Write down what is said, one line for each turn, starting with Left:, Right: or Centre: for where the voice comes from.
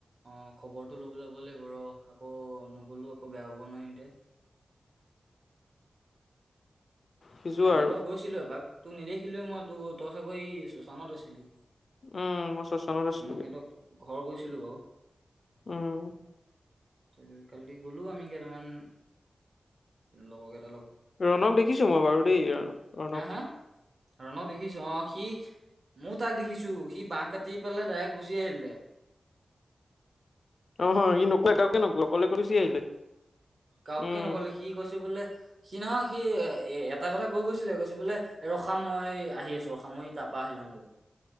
Right: আহ। খবৰটো ল'বলৈ যাব লাগিব ৰহ, আকৌ নগ'লো আকৌ বেয়া পাব‌ নহয় ইহেতে।
Left: সিজো
Right: কালিৰ
Left: আৰু
Right: বাৰু গৈছিলো এপাক তোক নেদেখিলোে মই তোৰ ত চাগৌ শশানত আছিলি।
Left: অ' মষ্ট শশ্বানত আছিললো
Right: মই সিহঁতক ঘৰ গৈছিলো বাৰু
Left: উম।
Right: তাৰত কালি গ'লো আমি কেইটামান লগৰ কেই
Left: ৰণক দেখিছো মই বাৰু দেই ৰণক।
Right: হা হা ৰণক দেখিছো অ সি মোৰ তাক দেখিছো। ছো সি বাহ কাটি পেলাই ডাইৰেক্ট গুচি আহিলে।
Left: অহ সি নকোৱা একে নকোৱা কলে কৰিছেি আহিলে।
Right: কাওকে
Left: উম
Right: নকলে সি কৈছে বোলে সি নহয় সি এ এটা কথা কৈ গৈছিলে, কৈছে বোলে ৰখা মই আহি আছো ৰখা মই তাৰপৰা আহিিলওঁগৈ।